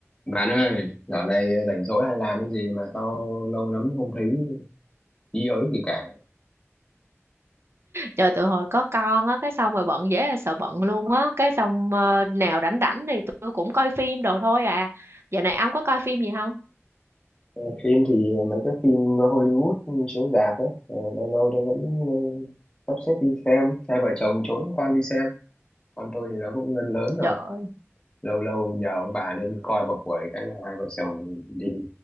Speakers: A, on the left; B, on the right.
A: Bạn ơi, dạo này rảnh rỗi hay làm cái gì mà sao lâu lắm không thấy ý ới gì cả.
B: trời tụi hồi có con á cái xong rồi bận dễ là sợ bận luôn á cái xong ờ, nào rảnh rảnh thì tôi cũng coi phim đồ thôi à giờ này ông có coi phim gì không
A: Ờ, Phim thì mấy cái phim Hollywood chiếu rạp ấy, ờ, lâu lâu tôi vẫn ờ, sắp xếp đi xem, hai vợ chồng trốn con đi xem. Con tôi thì nó cũng lớn lớn rồi,
B: trời ơi
A: lâu lâu nhờ ông bà lên coi một buổi cái là hai vợ chồng đi